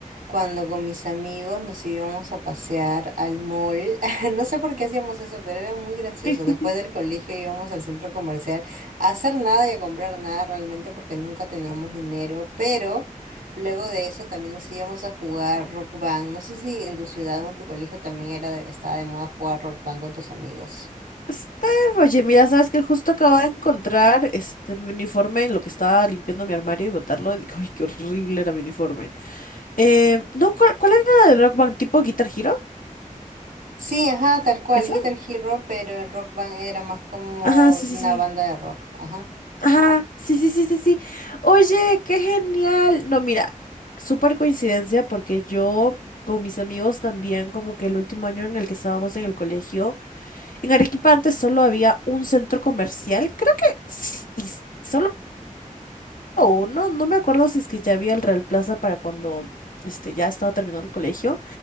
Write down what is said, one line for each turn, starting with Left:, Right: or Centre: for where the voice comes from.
Right: cuando con mis amigos nos íbamos a pasear al mall. <laughs> No sé por qué hacíamos eso, pero era muy gracioso.
Left: <laughs>
Right: Después del colegio íbamos al centro comercial a hacer nada y a comprar nada realmente porque nunca teníamos dinero, pero luego de eso también nos íbamos a jugar Rock Band. No sé si en tu ciudad o en tu colegio también era de- estaba de moda jugar Rock Band con tus amigos.
Left: Este, oye, mira, sabes que justo acabo de encontrar este mi uniforme en lo que estaba limpiando mi armario y botarlo. Y dije, ay, qué horrible era mi uniforme. Eh, no, ¿cuál, cuál era la de Rock Band? ¿Tipo Guitar Hero?
Right: Sí, ajá, tal cual,
Left: ¿Esa?
Right: Guitar Hero, pero en Rock Band era más como
Left: Ajá, sí,
Right: una
Left: sí, sí.
Right: banda de rock, ajá.
Left: Ajá, sí, sí, sí, sí, sí. Oye, qué genial. No, mira, súper coincidencia porque yo con mis amigos también, como que el último año en el que estábamos en el colegio, en Arequipa antes solo había un centro comercial, creo que sí, solo. o no, no me acuerdo si es que ya había el Real Plaza para cuando este, ya estaba terminando el colegio,